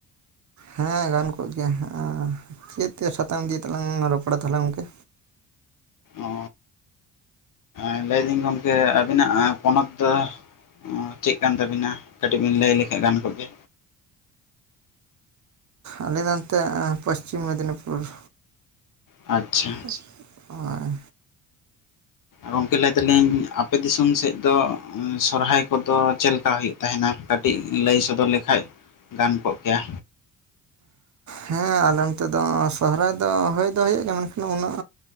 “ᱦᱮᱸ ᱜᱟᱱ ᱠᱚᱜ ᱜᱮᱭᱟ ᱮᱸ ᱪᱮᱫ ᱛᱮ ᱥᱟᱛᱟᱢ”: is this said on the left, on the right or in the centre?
Right